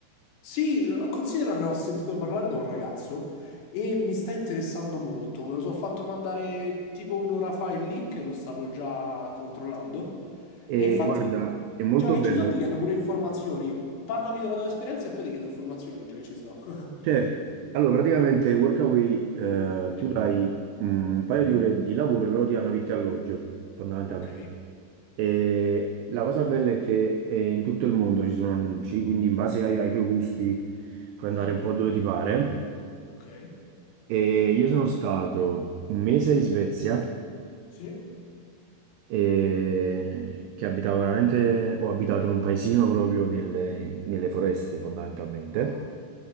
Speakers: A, on the left; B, on the right.
A: Sì, lo- considera, ne ho sentito parlare da un ragazzo e mi sta interessando molto. Me lo sono fatto mandare tipo un'ora fa il link e lo stavo già controllando.
B: Eh,
A: E infatti,
B: guarda, è molto
A: già che
B: bello.
A: ci sto, ti chiedo pure informazioni. Parlami della tua esperienza e poi ti chiedo informazioni, già che ci sto. <laughs>
B: Certo. Allora, praticamente Workaway, eh, tu
A: Sì,
B: dai mm, un paio di ore di lavoro e loro ti danno vitto e alloggio, fondamentalmente.
A: Ok.
B: E la cosa bella è che eh, in tutto il mondo ci sono annunci, quindi in base ai, ai tuoi gusti puoi
A: Ah,
B: andare un po' dove ti pare.
A: Ok.
B: E io sono stato un mese in Svezia.
A: Sì.
B: e che abitavo veramente, ho abitato in un paesino proprio nelle, nelle foreste fondamentalmente.
A: Wow.